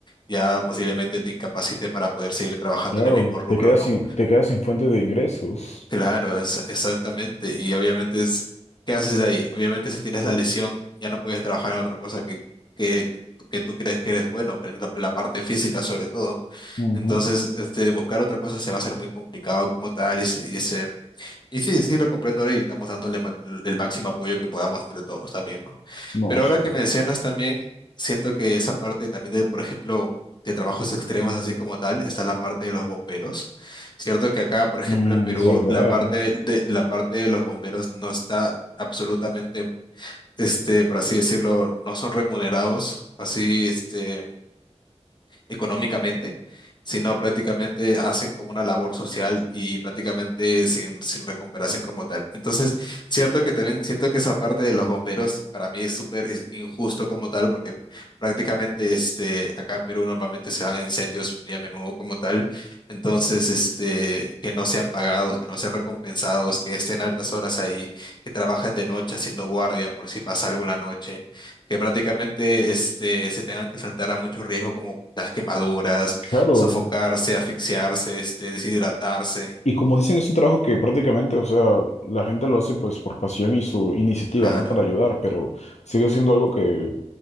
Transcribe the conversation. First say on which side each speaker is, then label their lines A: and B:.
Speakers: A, on the left; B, on the left.
A: ya posiblemente te incapacite para poder seguir trabajando
B: Claro,
A: en el mismo rubro,
B: te quedas
A: ¿no?
B: sin, te quedas sin fuente de ingresos.
A: Claro, es, exactamente. Y obviamente es, ¿qué haces de ahí? Obviamente si tienes la lesión, ya no puedes trabajar en otra cosa que, que, que tú crees que eres bueno, en la la parte física sobre todo.
B: Ujú.
A: Entonces, este, buscar otra cosa se va a hacer muy complicado como tal. Y, ese y, se- y sí, sí, lo comprendo ahora y estamos dándole ma- el máximo apoyo que podamos entre todos también, ¿no?
B: No,
A: Pero
B: sí.
A: ahora que mencionas también, siento que esa parte también de, por ejemplo, de trabajos extremos así como tal, está la parte de los bomberos. Cierto que acá, por ejemplo,
B: Mm,
A: en Perú,
B: es verdad.
A: la parte de, la parte de los bomberos no está absolutamente, este, por así decirlo, no son remunerados así, este económicamente, sino prácticamente hacen como una labor social y prácticamente sin, sin recuperación como tal. Entonces, cierto que también siento que esa parte de los bomberos para mí es súper es injusto como tal, porque prácticamente este, acá en Perú normalmente se dan incendios muy a menudo como tal, entonces este, que no sean pagados, que no sean recompensados, que estén altas horas ahí, que trabajen de noche haciendo guardia por si pasa algo en la noche que prácticamente este, se tengan que enfrentar a muchos riesgos como las quemaduras,
B: Claro.
A: sofocarse, asfixiarse, este, deshidratarse.
B: Y como dicen, es un trabajo que prácticamente, o sea, la gente lo hace pues por pasión y su iniciativa,
A: Claro.
B: ¿no? Para ayudar, pero sigue siendo algo que